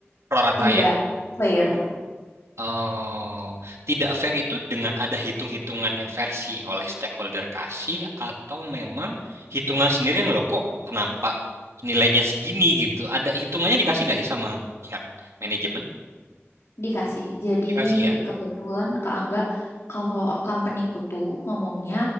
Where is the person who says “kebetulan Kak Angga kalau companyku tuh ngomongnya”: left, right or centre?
Left